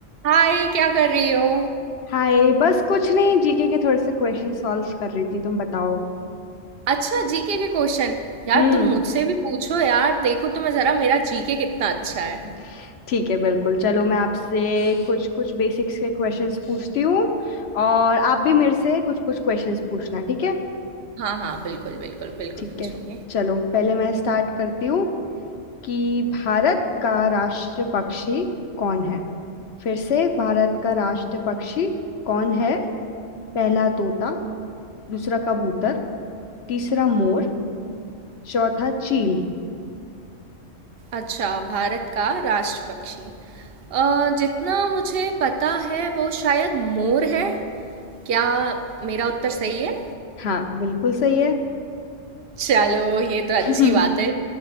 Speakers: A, on the right (about 55°); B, on the left (about 60°).
A: हाय क्या कर रही हो
B: हाय बस कुछ नहीं जीके के थोड़े से क्वेश्चन सॉल्व कर रही थी तुम बताओ
A: अच्छा जीके के क्वेश्चन यार
B: हम्म
A: तुम मुझसे भी पूछो यार देखो तुम्हें जरा मेरा जीके कितना अच्छा है
B: <laughs> ठीक है बिल्कुल चलो मैं आपसे कुछ कुछ बेसिक्स के क्वेश्चंस पूछती हूँ और आप भी मेरे से कुछ कुछ क्वेश्चंस पूछना ठीक है
A: हाँ हाँ बिल्कुल बिल्कुल बिल्कुल
B: ठीक
A: पूछूंगी
B: है चलो पहले मैं स्टार्ट करती हूँ कि भारत का राष्ट्र पक्षी कौन है फिर से भारत का राष्ट्र पक्षी कौन है पहला तोता दूसरा कबूतर तीसरा मोर चौथा चील
A: अच्छा भारत का राष्ट्र पक्षी अ, जितना मुझे पता है वो शायद मोर है क्या मेरा उत्तर सही है
B: हाँ बिल्कुल सही है
A: चलो ये तो अच्छी
B: हम्म,
A: बात है